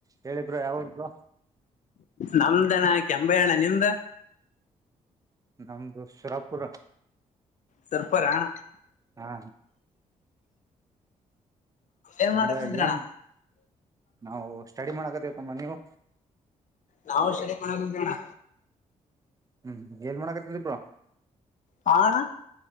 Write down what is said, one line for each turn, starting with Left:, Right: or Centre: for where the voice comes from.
Right: ಹೇಳಿ ಬ್ರೋ ಯಾವ ಊರು ಬ್ರೋ.
Left: ನಮ್ದಣ ಕೆಂಬೆ ಅಣ್ಣ ನಿಂದ.
Right: ನಮ್ದು ಶರಾಪುರ.
Left: ಸುರಪುರ ಹಾ.
Right: ಹಾ.
Left: ಏನ್
Right: ಎಂಬ
Left: ಮಾಡಕಂತ್ರಣ್ಣ
Right: ಏನ್ ನಾವು ಸ್ಟಡಿ ಮಾಡಕ ತಿವಿ ತಮ್ಮ ನೀವು.
Left: ನಾವು ಸ್ಟಡಿ ಮಾಡಕ್ಕಕುಂತಿವಿ ಅಣ್ಣ.
Right: ಹ್ಮ್ ಏನ್ ಮಾಡಾಕತ್ತೀದೀ ಬ್ರೋ.
Left: ಹಾ ಅಣ್ಣ.